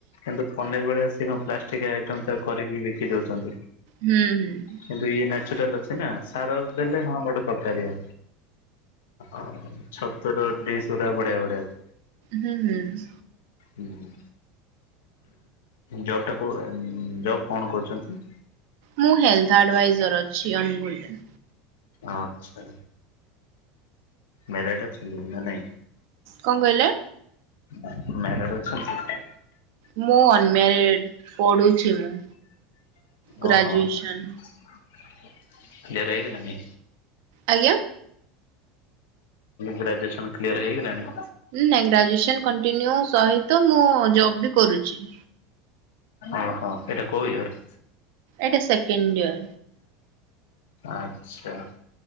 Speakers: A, on the left (about 75°); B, on the right (about 70°).
A: କିନ୍ତୁ ଫନେ ବେଳେ କଣ ପ୍ଲାଷ୍ଟିକ ଆଇଟମ ତା କରିକି ବିକି ଦଉଛନ୍ତି।
B: ହୁଁ ହୁଁ।
A: କିନ୍ତୁ ଇଏ ନାଚୁରାଲ ଅଛି। ଏଇନା ସାର ଦେଲେ ହଁ ଗୋଟେ ପ୍ରକାରୀଆ। ଆଉ ଛତୁର ଟେଷ୍ଟ ତୁରା ବଢ଼ିଆ ବଢ଼ିଆ ଅଛି।
B: ହୁଁ ହୁଁ।
A: ହୁଁ। ଜବ୍ ଟା କୋର ଜବ୍ କଣ କରୁଛନ୍ତି?
B: ମୁଁ ହେଲଥ ଆଡଭାଇଜର ଅଛି ଅନୁଗୁଳୁ ରେ।
A: ଆଚ୍ଛା। ମ୍ୟାରେଡ ଅଛନ୍ତି ନା ନାହିଁ?
B: କଣ କହିଲେ?
A: ମ୍ୟାରେଡ ଅଛନ୍ତି?
B: ମୁଁ ଅନମ୍ୟାରେଡ, ପଢୁଛି ମୁଁ। ଗ୍ରାଜୁଏସନ୍।
A: ଓହୋ କ୍ରିୟର ହେଇଗଲାଣି।
B: ଆଜ୍ଞା
A: ଗ୍ରାଜୁଏସନ କ୍ଲିୟର ହେଇଗଲାଣି?
B: ନାଇଁ ଗ୍ରାଜୁଏସନ କଣ୍ଟିନ୍ୟୁ ସହିତ ମୁଁ ଜବ୍ ବି କରୁଛି।
A: ଓ ହଁ ଏଇଟା କୋଉ ଇଅର?
B: ଏଇଟା ସେକେଣ୍ଡ ଇୟର।
A: ଆଚ୍ଛା